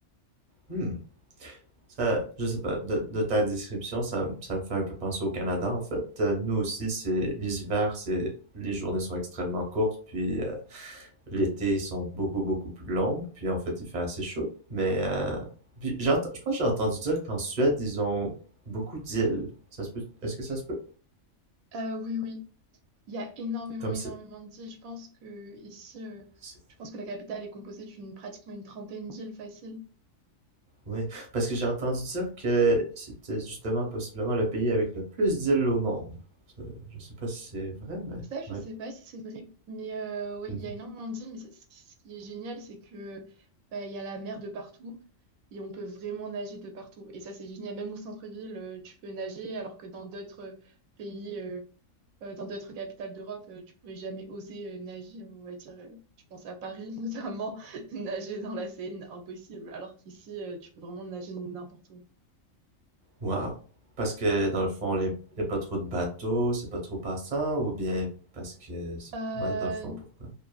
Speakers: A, on the right; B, on the right.
A: Hmm. Ça, je sais pas, de, de ta description, ça, m- ça me fait un peu penser au Canada, en fait. Euh, Nous aussi, c'est, les hivers, c'est, les journées sont extrêmement courtes, puis euh, L'été, sont beaucoup, beaucoup plus longues Puis en fait, il fait assez chaud. Mais euh, puis j'ai ent- je pense que j'ai entendu dire qu'en Suède, ils ont beaucoup d'îles. Ça se peut? Est-ce que ça se peut?
B: Euh, oui, oui, il y a énormément,
A: Comme
B: énormément
A: c'est...
B: d'îles. Je pense que ici, euh,
A: c'est-
B: je pense que la capitale est composée d'une pratiquement une trentaine d'îles faciles.
A: Oui, parce que j'ai entendu dire que c'était justement possiblement le pays avec le plus d'îles au monde. Ça, Je sais pas si c'est vrai, mais
B: Ça, je sais
A: oui.
B: pas si c'est vrai, mais euh, oui,
A: Mhm.
B: il y a énormément de d'îles, mais ça, ce qui ce qui est génial, c'est que bah, il y a la mer de partout et on peut vraiment nager de partout. Et ça, c'est génial. Même au centre-ville, euh, tu peux nager, alors que dans d'autres euh, pays, euh, euh, dans d'autres capitales d'Europe, euh, tu pourrais jamais oser euh, nager. On va dire, euh, je pense à Paris <laughs> notamment, nager dans la Seine, impossible. Alors qu'ici, euh, tu peux vraiment nager n'importe où.
A: Wow. Parce que dans le fond, il n'y a pas trop de bateaux, c'est pas trop passant, ou bien parce que c'est...
B: Euh,
A: Ouais, dans le fond, pourquoi?